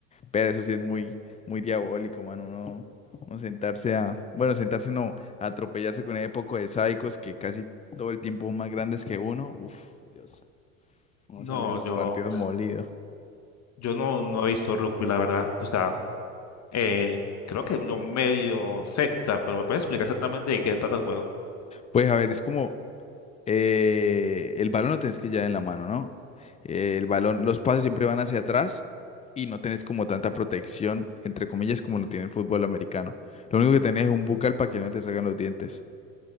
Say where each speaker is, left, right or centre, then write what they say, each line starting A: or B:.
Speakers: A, on the left; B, on the left.
A: Pero eso sí es muy, muy diabólico, mano. Uno, uno sentarse a, bueno, sentarse no, a atropellarse con ese poco de sádicos que casi todo el tiempo son más grandes que uno. Uf, Dios, uno
B: No,
A: sale de esos
B: yo,
A: partidos molido.
B: yo no, no he visto rugby, la verdad, o sea, eh, creo que yo medio sé, o sea, pero me puedes explicar exactamente de qué trata el juego.
A: Pues a ver, es como eh, el balón lo tenés que llevar en la mano, ¿no? Eh, el balón, los pases siempre van hacia atrás y no tenés como tanta protección, entre comillas, como lo tiene el fútbol americano. Lo único que tenés es un bucal para que no te salgan los dientes,